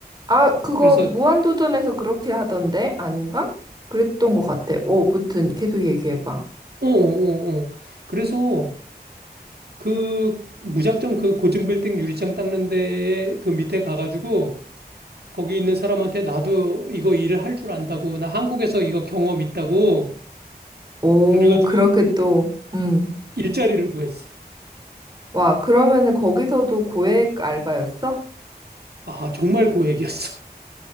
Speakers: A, on the right (about 25°); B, on the right (about 70°).
A: 아, 그거
B: 그래서
A: 무한도전에서 그렇게 하던데? 아닌가? 그랬던 것 같아. 어, 무튼 계속 얘기해봐.
B: 어어어 그래서 그 무작정 그 고층 빌딩 유리창 닦는 데에 그 밑에 가가지고 거기 있는 사람한테 나도 이거 일을 할 줄 안다고, 나 한국에서 이거 경험 있다고,
A: 오,
B: 그래가지고
A: 그렇게 또, 음.
B: 일자리를 구했어.
A: 와, 그러면은 거기서도 고액 알바였어?
B: 아, 정말 고액이었어.